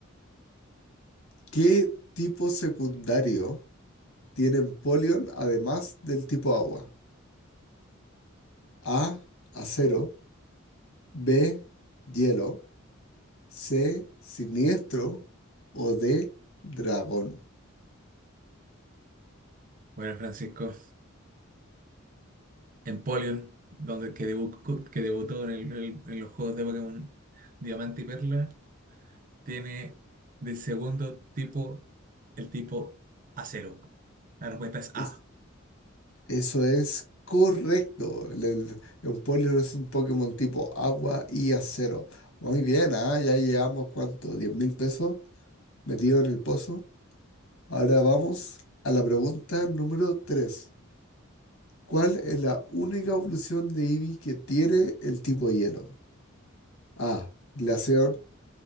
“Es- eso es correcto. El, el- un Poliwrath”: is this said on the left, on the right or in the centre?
Left